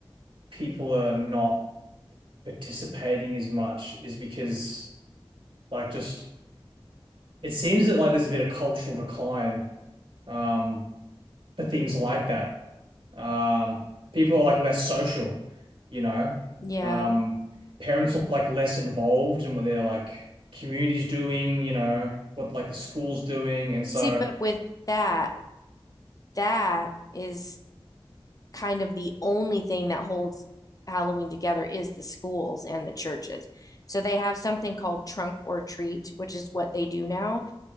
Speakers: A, on the right; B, on the left.
A: people are not participating as much is because like just it seems that like there's a bit of cultural decline um for things like that. Um people are like less social, you know.
B: Yeah.
A: Um parents are like less involved in what their like community's doing, you know, what like the school's doing and so
B: See, but with that, that is kind of the only thing that holds Halloween together is the schools and the churches. So they have something called trunk or treat, which is what they do now